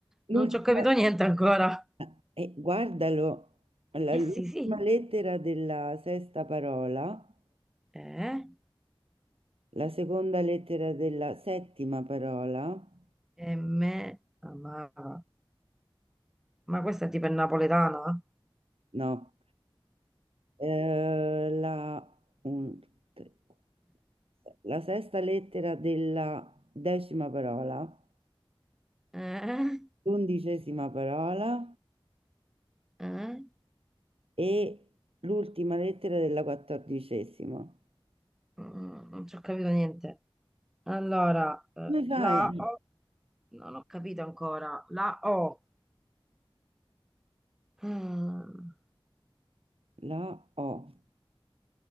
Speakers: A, on the right; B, in the centre.
A: L'ultima,
B: Non ci ho capito niente ancora.
A: eh, eh, guardalo, Allora,
B: Eh
A: l'ultima
B: sì, sì.
A: lettera della sesta parola,
B: Eh.
A: la seconda lettera della settima parola,
B: E me amava. Ma questa è tipo è napoletana?
A: no. Eh, la, un, due, tre, quattro, sei. la sesta lettera della decima parola,
B: Eh?
A: l'undicesima parola
B: Eh?
A: e l'ultima lettera della quattordicesima.
B: Mm, non ci ho capito niente. Allora, eh,
A: Come fai?
B: la O, no, non ho capito ancora. La O, Mm,
A: La O